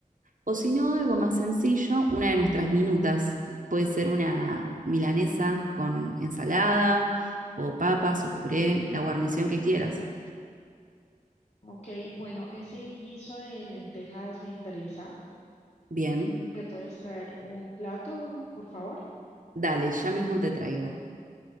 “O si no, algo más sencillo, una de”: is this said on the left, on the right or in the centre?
Right